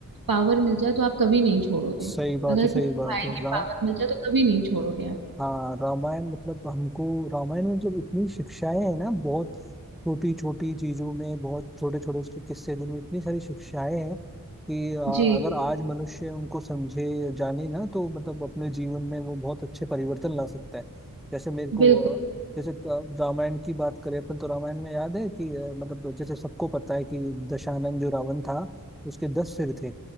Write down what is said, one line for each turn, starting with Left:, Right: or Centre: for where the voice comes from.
Right: पावर मिल जाए तो आप कभी नहीं छोड़ोगे
Centre: सही बात
Right: अगर
Centre: है सही
Right: भाई
Centre: बात है
Right: की
Centre: राम
Right: पावर मिल जाए तो कभी नहीं छोड़ोगे आप
Centre: हाँ रामायण मतलब हमको रामायण में मतलब इतनी शिक्षाएं हैं ना बहुत छोटी छोटी चीजों में बहुत छोटे छोटे उसके किस्से जिनमें इतनी सारी शिक्षाएं हैं कि आ,
Right: जी
Centre: अगर आज मनुष्य उनको समझे जाने ना तो मतलब अपने जीवन में वो बहुत अच्छे परिवर्तन ला सकता है जैसे मेरे को
Right: बिल्कुल
Centre: अ, जैसे अ, रामायण की बात करें अपन तो रामायण में याद है कि अ, मतलब जैसे सबको पता है कि दशानन जो रावण था उसके दस सिर थे